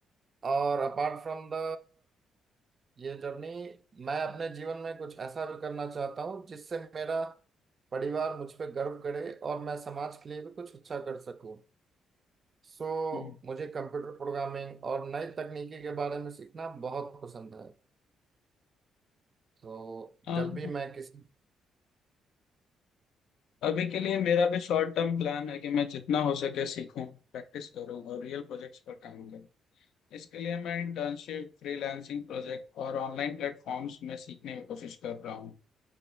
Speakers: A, on the right (about 40°); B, on the left (about 80°).
A: और अपार्ट फ्रॉम द ये जर्नी मैं अपने जीवन में कुछ ऐसा भी करना चाहता हूँ जिससे मेरा परिवार मुझ पे गर्व करे और मैं समाज के लिए भी कुछ अच्छा कर सकूं सो
B: हम्म,
A: मुझे कंप्यूटर प्रोग्रामिंग और नई तकनीकी के बारे में सीखना बहुत पसंद है तो
B: हाँ
A: जब भी मैं किसी
B: अभी के लिए मेरा भी शॉर्ट टर्म प्लान है कि मैं जितना हो सके सीखूं प्रैक्टिस करूं और रियल प्रोजेक्ट्स पर काम करूं इसके लिए मैं इंटर्नशिप फ्रीलांसिंग प्रोजेक्ट और ऑनलाइन प्लेटफॉर्म्स में सीखने की कोशिश कर रहा हूँ